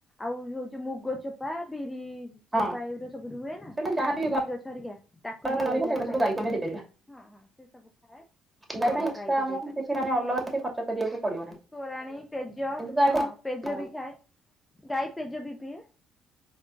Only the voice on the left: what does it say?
ଆଉ ହଉଛି ମୁଗ ଚୋପା ବିରି
ଚୋପା ଏଗୁଡା ସବୁ ରୁହେ ନା
ବିରି ଗଛ ଅରିକା। ତାକୁ
ବି ଦିଆଯାଏ
ଖାଇଲେ
ହଁ ହଁ ସେ ସବୁ ଖାଏ।
ହଁ
ଗାଈକି
ଦେଇପାରିବ
ତୋରାଣୀ, ପେଜ
ହଁ।
ପେଜ
ବି ଖାଏ, ଗାଈ ପେଜ ବି ପିଏ।